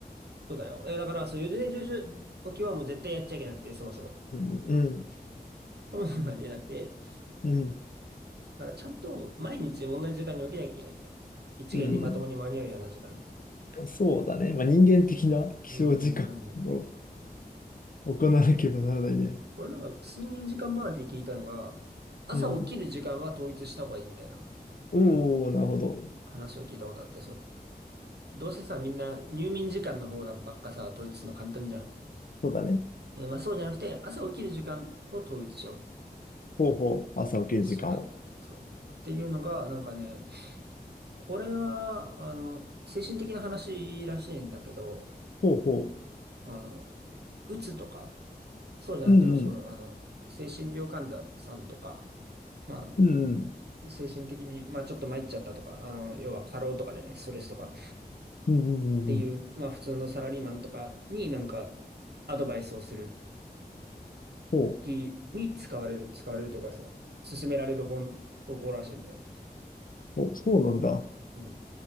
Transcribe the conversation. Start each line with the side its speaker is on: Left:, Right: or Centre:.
Right: そうだよ。え、だから、そう、四十年上昇起きはもう絶対やっちゃいけなくて、そもそも。
Left: うん、うん、
Right: そもそもありえなくて。
Left: うん、
Right: だから、ちゃんと毎日同じ時間に起きなきゃいけないんだよ。一元にまともに間に合うような時間に。
Left: うん。そうだね。まあ、人間的な起床時間を
Right: 人間的な時間に。
Left: 行わなければならないね。
Right: 俺なんか、睡眠時間周りで聞いたのが、朝起きる時間は統一した方がいいみたいな
Left: うん。おー、なるほど。
Right: 話を聞いたことあって、その、どうせさ、みんな入眠時間の方ばっかさ、統一するの簡単じゃん。
Left: そうだね。
Right: えまあそうじゃなくて、朝起きる時間を統一しろ
Left: ほうほう、朝起きる時間を。
Right: 一週間で、そう。っていうのが、なんかね、これは、あの、精神的な話らしいんだけど、
Left: ほうほう。
Right: あの、うつとか、そうじゃなくても、
Left: うんうん、
Right: そう、あの、精神病患者さんとか、まあ、あの、
Left: うん
Right: 精神的に、まあ、ちょっと参っちゃったとか、あの、要は過労とかでね、ストレスとかっ
Left: うん、うんうんうんうん。
Right: ていう、まあ、普通のサラリーマンとかになんか、アドバイスをする
Left: そ
Right: 時に使われる、使われるとかさ、勧められる方、方法らしいんだよ。
Left: う、おそうなんだ。
Right: うん。